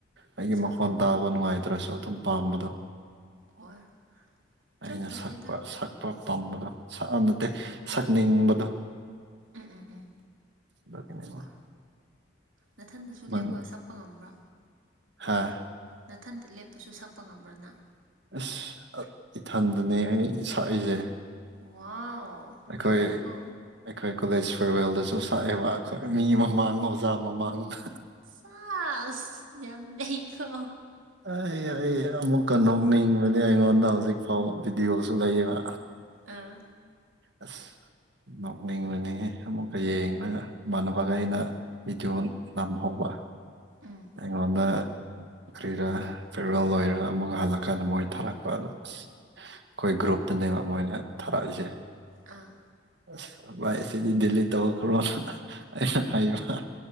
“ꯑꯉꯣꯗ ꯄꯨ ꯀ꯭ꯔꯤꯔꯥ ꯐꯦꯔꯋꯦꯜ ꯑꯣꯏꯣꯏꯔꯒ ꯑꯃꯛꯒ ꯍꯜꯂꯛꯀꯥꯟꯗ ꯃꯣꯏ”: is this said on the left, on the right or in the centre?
Right